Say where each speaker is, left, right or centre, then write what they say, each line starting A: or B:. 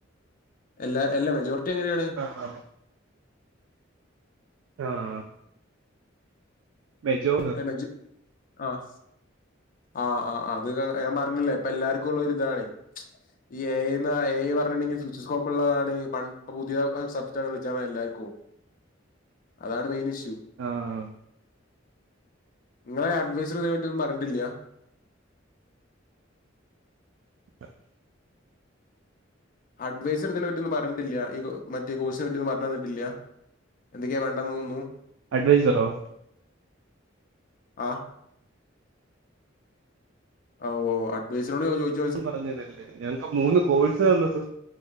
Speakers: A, on the left (about 45°); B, on the right (about 70°).
A: എല്ലാ എല്ലാ മെജോർറ്റി എങ്ങനെയാണ്
B: ആഹ് ആഹ് ആഹ് മെജോർ
A: <unintelligible> ആഹ് ആഹ് ആഹ് അത് ഞാൻ പറഞ്ഞില്ലേ ഇപ്പ എല്ലർക്ക <unintelligible> ഇതാണ് ഈ എ ഐ എ ഐ പറഞ്ഞിെങ്കിൽ <unintelligible> ഉള്ളതാണ് പണ്ട് പുതിയ സബ്ജക്ട് കളാണ് എല്ലാവർക്കും അതാണ് മെയിൻ ഇഷ്യൂ
B: ആഹ്
A: നിങ്ങളെ ആഡ്വൈസർ ഇതിനെ പറ്റി ഒന്നും പറഞ്ഞട്ടില്ല
B: <unintelligible>
A: അഡ്വെസർ ഇതിനെ പറ്റിന്നും പറഞ്ഞിട്ടില്ല ഈ മറ്റേ കോഴ്സിനെ പറ്റിന്നും പറഞ്ഞു തന്നിട്ടില്ല എന്തൊക്കെയാ വേണ്ടാന്നെത് ഒന്നും
B: അഡ്വൈസർറോ
A: ആഹ് ആഹ് ഓഹ് അഡ്വൈസറോട് ചോ ചോയ്
B: പറഞ്ഞതല്ലേ ഞങ്ങക്ക് മൂന്ന് കോഴ്സ് വന്നത്